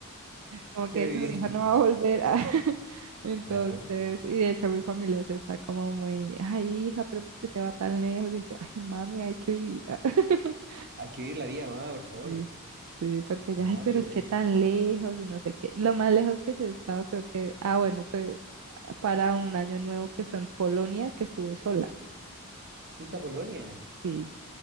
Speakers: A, on the right; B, on the right.
A: como que
B: Quiero vivir,
A: su hija no va a volver. ah. <laughs> Entonces,
B: <laughs> claro.
A: y de hecho mi familia se está como muy, ay, hija, pero ¿por qué se va tan lejos? Y yo, ay, mami, hay que vivir. ah". <laughs>
B: Hay que vivir la vida, mamá, por favor.
A: Sí, sí, porque
B: No,
A: ya, ay, pero
B: qué
A: es
B: bueno.
A: que tan lejos y no sé qué. Lo más lejos que yo he estado, creo que, ah, bueno, fue para un año nuevo que fue en Polonia, que estuve sola.
B: ¿Fuiste a Polonia?
A: Sí.